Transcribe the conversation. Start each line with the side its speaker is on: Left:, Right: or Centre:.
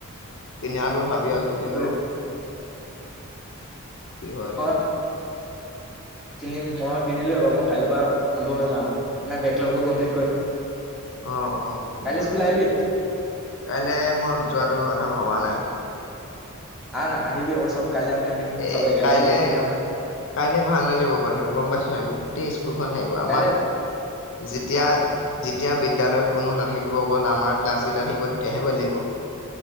Left: কিনাটো ভাবি আছোঁ কিন্তু
Centre: ঐ
Left: কি হয় এতিয়া।
Centre: অ'। কিনিম, মই কিনিলোঁ বাৰু মই কাইলৈৰ পৰা আৰম্ভ কৰিম আৰু মানে বেকলগবোৰ কমপ্লিট কৰিম।
Left: অ', অ', সুন্দৰ।
Centre: কাইলৈ স্কুল আহিবি
Left: কাইলৈ মই যোৱাটো কথা ভবা নাই।
Centre: আহ না আহিবি আকৌ চব। কাইলৈ আমি আহিম
Left: এই
Centre: চবে একেলগে
Left: কাইলে
Centre: টিফিন খাম
Left: কাইলে ভাল নালাগিব কথাটো গম পাইছ নাই গোটেই স্কুলখন থাকিব আমাক
Centre: কাইলৈ
Left: যেতিয়া যেতিয়া বিদ্যয়ালয়ত কোনো নাথাকিব অকল আমাৰ ক্লাছ কেইটাত থাকিব তেতিয়াহে ভাল লাগিব।